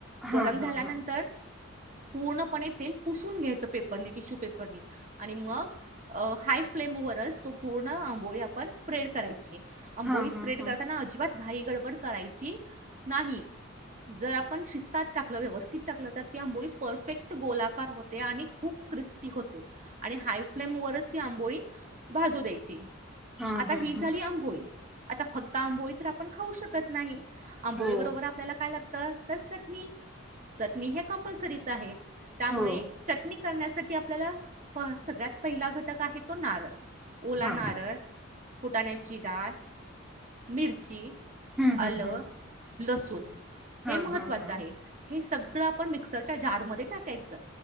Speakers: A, in the centre; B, on the right (about 40°).
A: हा
B: गरम झाल्यानंतर
A: हा हा
B: पूर्णपणे तेल पुसून घ्यायच पेपरनेिशू आणि मग हाय फ्लेम वच तो पूर्ण आंबोळी आपण स्प्रेड करायची अंबोळी
A: हा
B: स्प्रेड
A: हा हा
B: करताना अजिबात घाई गडबड करायची नाही जर आपण शिस्तात टाकलं व्यवस्थित टाकलं तर ती आंबोळी परफेक्ट गोलाकार होते आणि खूप क्रिस् हाय फ्म वच ती आंबोळीज द्यायची
A: हा
B: आता
A: हा
B: ही
A: हा
B: झाली आंबोळी आता फक्त आंबोळी तर आपण खाऊ शकत नाही आंबोळी
A: हो
B: बरोबर त्याला काय लागते तर चटणी चटणी हे कंपल्सरीच आहे त्यामुळे
A: हो
B: चटणी करण्यासाठी आपल्याला सगळ्यात पहि ला घटक आहे तो नारळ ओला
A: हा
B: नारळ फुटाण्याची डाळ मिरची
A: हम्म हम्म
B: आलं
A: हम्म
B: लसूण हे
A: हा
B: महत्वाचं
A: हा हा
B: आहे हे सगळं आपण मिक्सरच्या जार म टाकायचं